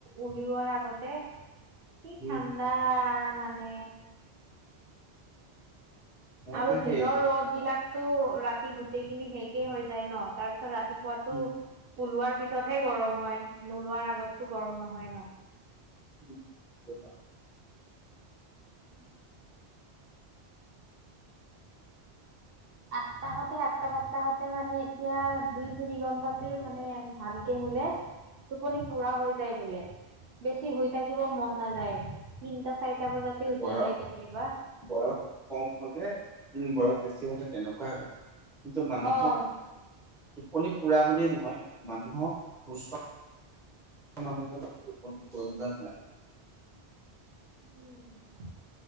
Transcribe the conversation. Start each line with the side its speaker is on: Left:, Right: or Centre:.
Right: উলিওৱাৰ আগতে কি
Centre: উম
Right: ঠাণ্ডা মানে
Centre: মইতো
Right: আৰু
Centre: সেই
Right: দিনৰ ৰ'দ বিলাকতো ৰাতি গোটেইখিনি শেষেই হৈ যায় ন তাৰপিছত ৰাতি
Centre: উম
Right: ওলোৱাৰ পিছতহে গৰম হয় নোলোৱাৰ আগতো গৰম নহয় ন।
Centre: <unintelligible>
Right: উম <inaudible>
Centre: <inaudible>
Right: আঠটাহতে আঠটা বত্তাহতে মানে এতিয়া দুই তিনি ঘন্টাতে মানে ভালকে শুলে টোপনি পুৰা হৈ যায় বোলে। বেছি শুই থাকিব মন নাযায়, তিনটা- চাৰিটা বজাতে উঠি
Centre: বয়স
Right: যায় কেতিয়াবা।
Centre: বয়স কম হ'লে, উম বয়স বেছি হ'লে তেনেকুৱাই হয় কিন্তু মানুহক
Right: অ',
Centre: টোিপী পুৰা বুলিুলিয় নহয় মানুহক সুস্থ <inaudible> মানুহজনৰ প্ৰয়োজন হয়।
Right: উম,